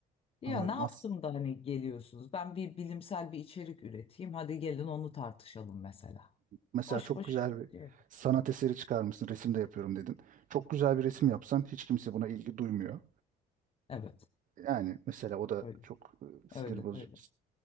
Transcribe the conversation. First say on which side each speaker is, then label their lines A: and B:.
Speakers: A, on the left; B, on the right.
A: ya
B: Anladım.
A: ne yaptım
B: As
A: da hani geliyorsunuz? Ben bir bilimsel bir içerik üreteyim. Hadi gelin onu tartışalım mesela.
B: mesela
A: Boş
B: çok
A: boş.
B: güzel bir
A: şey.
B: sanat eseri çıkarmışsın, resim de yapıyorum dedin. Çok güzel bir resim yapsan hiç kimse buna ilgi duymuyor.
A: Evet.
B: Yani mesela o da
A: Öyle.
B: çok e, sinir
A: Öyle
B: bozucu.
A: öyle.